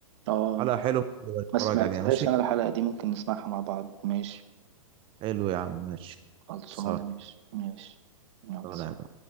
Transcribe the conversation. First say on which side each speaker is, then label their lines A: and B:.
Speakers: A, on the right; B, on the right.
A: اه
B: حلقة حلوة ممكن نبقى
A: ما
B: نتفرج
A: سمعتهاش
B: عليها ماشي
A: انا الحلقه دي ممكن نسمعها مع بعض ماشي
B: حلو يا عم ماشي
A: خلصانه
B: خلصان
A: ماشي ماشي يلا
B: خلصان
A: سلام.
B: يا عم.